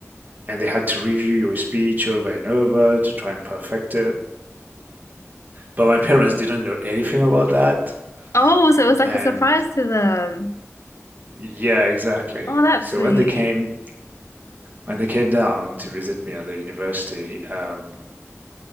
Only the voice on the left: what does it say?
Oh, so it was like
a surprise to them.
Oh, that's
sweet.